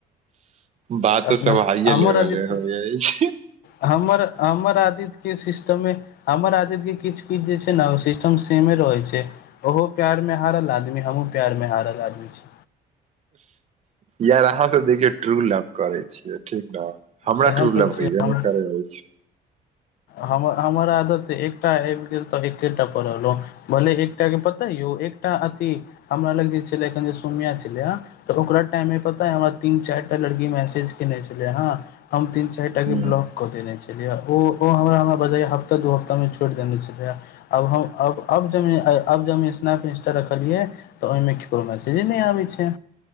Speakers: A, on the right (about 40°); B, on the left (about 70°).
A: बात
B: अपना
A: तऽ सब हाइए
B: हमर
A: लेवले
B: आदित्य
A: होइ <inaudible>
B: हमर हमर आदित्य के सिस्टममे आर आदित्यके किछ किछ जे छै ने सिस्टम सेमे रहै छै। ओहो प्यार मे हारल आदमी हमहुँ प्यार मे हारल आदमी छी।
A: यार अहाँ सब देखियौ ट्रू लव करै छियै ठीक न हमरा
B: सएह
A: टूर
B: तऽ
A: लव
B: छै
A: होयबे
B: हम
A: नहि करै अछि।
B: हम हमर आदत एकटा आबि गेल तऽ एकेटा पढ़लहुँ। भले एकटा के पता यौ एकटा अथि हमरा लग जे छलै एखन जे सोनिया छलै ह। तऽ ओकरा टाइमे मे पता य हमरा तीन चारि टा लड़की मैसेज केने छले हे हम तीन चार। चारिटाक कि
A: हूँ
B: ब्लॉक कऽ देने छलियै ओ हमरा हमरा बजै हप्ता दू हफ्तामे छोड़ि देने छलैए। आब हम अब अब ज अब जब हम स्नैप इंस्टा रखलियै। तऽ ओहिमे केकरो मैसेजे नहि आबैत छै।